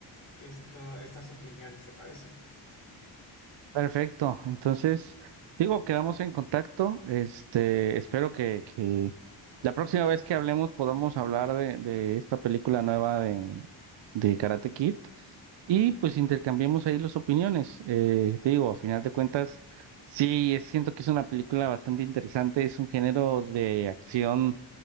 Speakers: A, on the left; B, on the right.
A: esto, estas opiniones, ¿te parece?
B: Perfecto. Entonces, digo, quedamos en contacto. Este, espero que, que la próxima vez que hablemos podamos hablar de, de esta película nueva de, de Karate Kid y pues intercambiemos ahí las opiniones. Eh, te digo, a final de cuentas, sí, es- siento que es una película bastante interesante. Es un género de acción